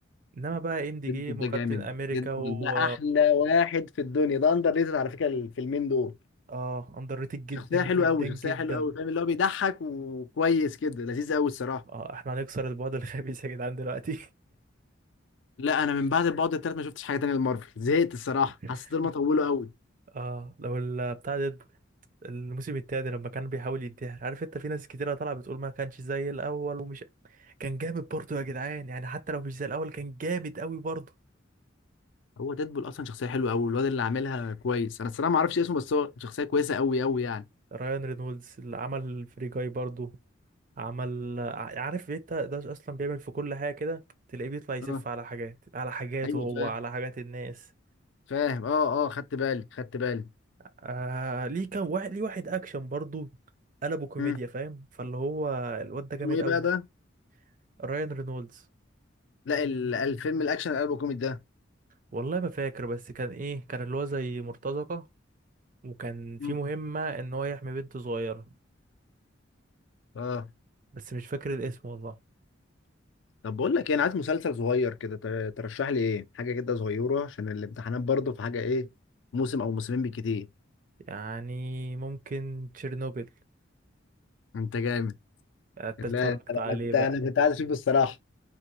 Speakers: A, on the right (about 40°); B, on the left (about 65°).
A: انما بقى اندي
B: ديدبول
A: جيم
B: ده
A: وكابتن
B: جامد
A: امريكا
B: ديدبول
A: و
B: ده احلى واحد في الدنيا ده اندر ريتد على فكره الفيلمين دول
A: اه اندر ريتد جدا
B: شخصيه
A: جدا
B: حلوه قوي
A: جدا
B: شخصيه حلوه قوي فاهم اللي هو بيضحك وكويس كده لذيذ قوي الصراحه
A: اه احنا هنكسر البعد الخبيث يا جدعان دلوقتي
B: لا انا من بعد البعد التالت ما شفتش حاجه تانية لمارفل زهقت الصراحه
A: <laughs>
B: حسيت إن هما طولوا قوي
A: اه لو ال- بتاع ديدبول الموسم التاني لما كان بيحاول ينتحر عارف انت في ناس كتيرة طالعة بتقول ما كانش زي الاول ومش كان جامد برضه يا جدعان يعني حتى لو مش زي الاول كان جامد قوي برضه
B: هو ديدبول اصلا شخصيه حلوه قوي والواد اللي عاملها كويس انا الصراحه ما اعرفش اسمه بس هو شخصيه كويسه قوي قوي يعني
A: رايان رينولدز اللي عمل فري جاي برضه عمل ع- عارف انت ده اصلا بيعمل في كل حاجة كده تلاقيه بيطلع يسف
B: اه
A: على حاجات على حاجاته
B: ايوه
A: هو
B: فاهم
A: على حاجات الناس
B: فاهم اه اه خدت بالي خدت بالي
A: آه ليه كان واحد ليه واحد اكشن برضه قلبه كوميديا
B: مم.
A: فاهم فاللي هو الواد ده
B: اسمه
A: جامد
B: ايه
A: قوي
B: بقى ده
A: رايان رينولدز
B: لا ال- الفيلم الاكشن القلب كوميدي ده
A: والله ما فاكر بس كان ايه كان اللي هو زي مرتزقة وكان في
B: مم.
A: مهمة ان هو يحمي بنت صغيرة
B: اه
A: بس مش فاكر الاسم والله
B: طب بقول لك ايه انا عايز مسلسل صغير كده ت- ترشح لي ايه حاجه كده صغيره عشان الامتحانات برضه في حاجه ايه موسم او موسمين بالكتير
A: يعني ممكن تشيرنوبل
B: انت جامد
A: انت اتفرجت
B: لا لا لا،
A: عليه
B: انا كنت
A: بقى
B: انا كنت عايز اشوف الصراحه